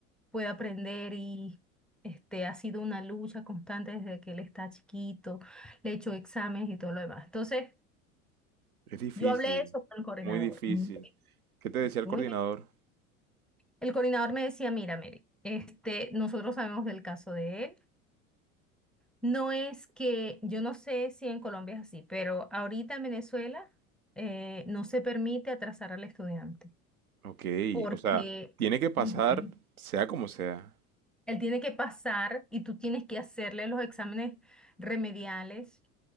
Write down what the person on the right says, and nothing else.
Es difícil,
muy difícil.
¿Qué te decía el
coordinador?
Ok,
o sea, tiene que pasar
sea como sea.